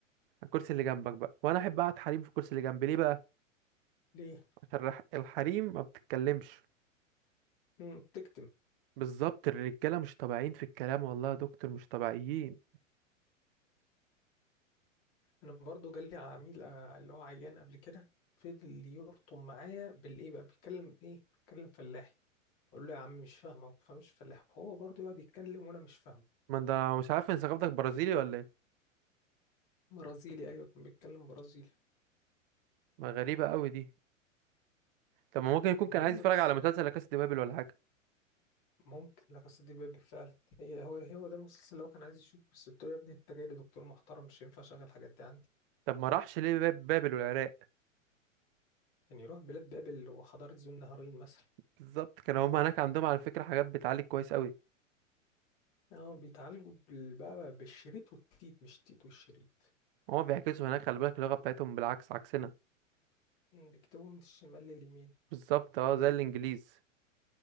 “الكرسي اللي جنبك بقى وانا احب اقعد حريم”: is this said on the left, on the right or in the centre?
Right